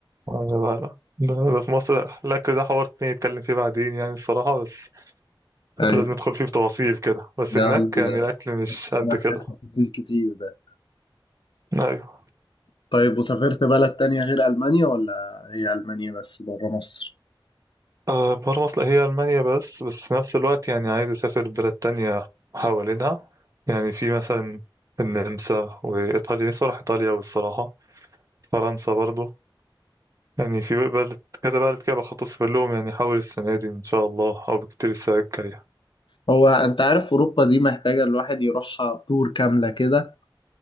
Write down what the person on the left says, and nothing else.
<laughs> أيوة
ده
ال-
ده محتاج
تفاصيل كتير ده
طيب وسافرت بلد تانية غير ألمانيا ولا هي ألمانيا بس بره مصر؟
هو أنت عارف أوروبا دي محتاجة الواحد يروحها تور كاملة كده